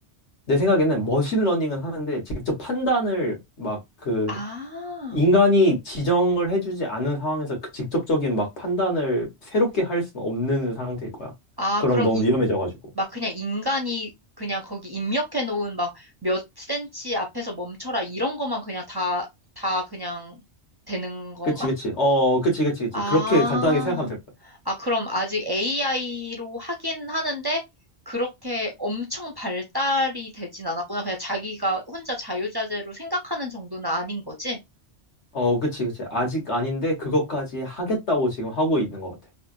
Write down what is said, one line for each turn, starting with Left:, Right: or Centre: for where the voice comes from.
Left: 내 생각에는 머신러닝은 하는데 직접 판단을 막 그
Right: 아,
Left: 인간이 지정을 해주지 않은 상황에서 그 직접적인 막 판단을 새롭게 할 수는 없는 상태일 거야.
Right: 아,
Left: 그럼
Right: 그럼
Left: 너무
Right: 이,
Left: 위험해져가지고.
Right: 막 그냥 인간이 그냥 거기 입력해 놓은 막 몇 센치 앞에서 멈춰라 이런 것만 그냥 다, 다 그냥 되는 건가?
Left: 그치, 그치. 어, 그치, 그치, 그치.
Right: 아,
Left: 그렇게 간단하게 생각하면 될 것 같아.
Right: 아, 그럼 아직 AI로 하긴 하는데, 그렇게 엄청 발달이 되진 않았구나. 그냥 자기가 혼자 자유자재로 생각하는 정도는 아닌 거지?
Left: 어, 그치, 그치. 아직 아닌데 그것까지 하겠다고 지금 하고 있는 것 같아.